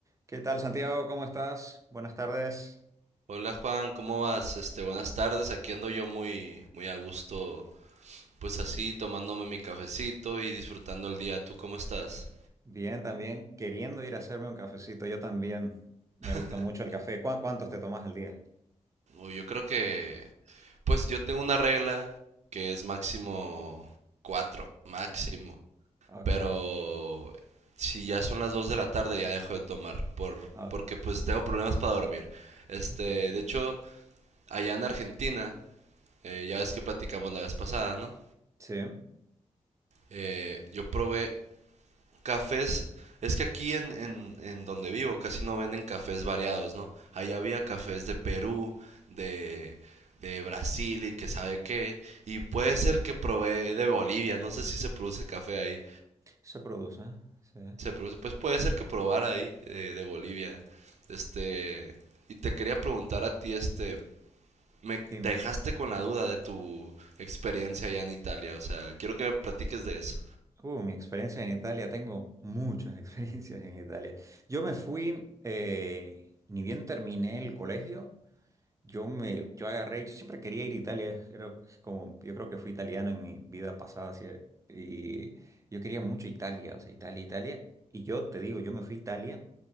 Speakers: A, on the right (about 25°); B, on the right (about 70°).
A: ¿Qué tal, Santiago? ¿Cómo estás? Buenas tardes.
B: Hola Juan, ¿cómo vas? Este, buenas tardes. Aquí ando yo muy, muy a gusto, pues así, tomándome mi cafecito y disfrutando el día. ¿Tú cómo estás?
A: Bien, también queriendo ir a hacerme un cafecito. Yo también. Me
B: <laughs>
A: gusta mucho el café. ¿Cuá- ¿Cuántos te tomas al día?
B: Uy, yo creo que, pues yo tengo una regla que es máximo cuatro, máximo.
A: Ok,
B: Pero si ya son las dos de la tarde ya dejo de tomar, por,
A: ok,
B: porque pues tengo problemas para dormir. Este,
A: ok.
B: de hecho, allá en Argentina, eh, ya ves que platicamos la vez pasada, ¿no?
A: Sí,
B: Eh, yo probé cafés. Es que aquí en, en, en donde vivo casi no venden cafés variados, ¿no? Allá había cafés de Perú, de, de Brasil y que sabe qué. Y puede ser que probé de Bolivia. No sé si se produce café ahí.
A: se produce. ¿eh? Sí.
B: Se produce, pues puede ser que probara ahí eh, de Bolivia. Este, y te quería preguntar a ti, este, me
A: Dime.
B: dejaste con la duda de tu experiencia allá en Italia. O sea, quiero que me platiques de eso.
A: Uh, mi experiencia en Italia. Tengo muchas <laughs> experiencias en Italia. Yo me fui, eh, ni bien terminé el colegio. Yo me, yo agarré, yo siempre quería ir a Italia, era como, yo creo que fui italiano en mi vida pasada, así, y yo quería mucho Italia, o sea, Italia, Italia, y yo te digo, yo me fui a Italia,